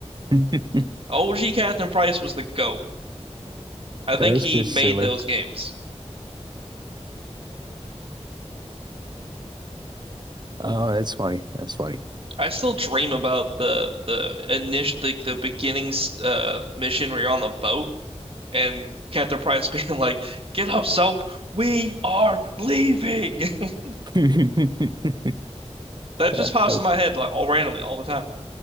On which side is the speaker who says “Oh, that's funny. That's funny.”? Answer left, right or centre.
Right